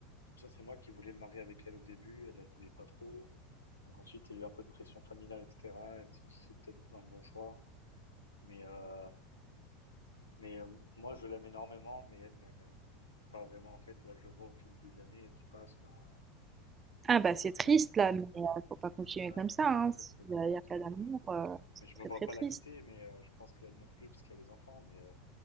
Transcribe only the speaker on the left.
C'est moi qui voulais me marier avec elle au début. Elle, elle voulait pas trop. Donc ensuite, il y a eu un peu de pression familiale, etc. Elle s'est dit c'est peut-être un bon choix. Mais, euh, mais euh, moi, je l'aime énormément, mais elle ne m'aime pas vraiment, en fait. Et Là, je le vois au fil des années qui passent. Bah,
je
vois qu'il
y a...
Ah
ouais, c'est
très,
très triste.
Ouais.
Mais je me
vois
pas
la quitter, mais euh, je pense qu'elle non plus, parce qu'elle a les enfants. Mais, euh,